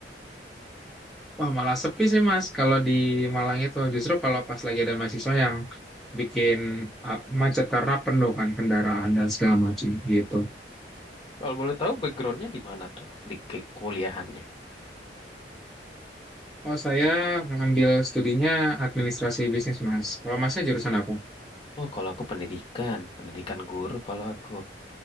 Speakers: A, in the centre; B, on the left.
A: Wah malah sepi sih Mas kalau di Malang itu justru kalau pas lagi ada mahasiswa yang bikin eh, macet karena penuh kan kendaraan dan segala macam gitu.
B: Kalau boleh tahu backgroundnya di mana tuh di ke- kuliahannya?
A: Oh saya ngambil studinya administrasi bisnis Mas. Kalau Masnya jurusan apa?
B: Oh, kalau aku pendidikan, pendidikan guru kalau aku.